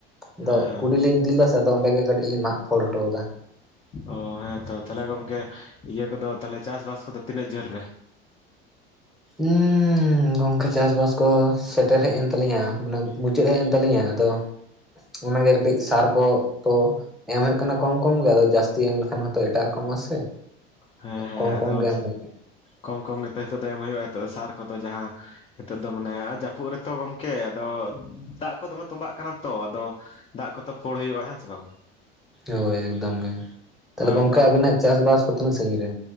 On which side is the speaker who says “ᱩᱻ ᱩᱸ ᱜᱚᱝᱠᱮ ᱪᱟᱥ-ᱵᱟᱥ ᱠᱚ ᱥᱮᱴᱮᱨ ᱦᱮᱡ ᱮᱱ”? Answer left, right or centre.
Centre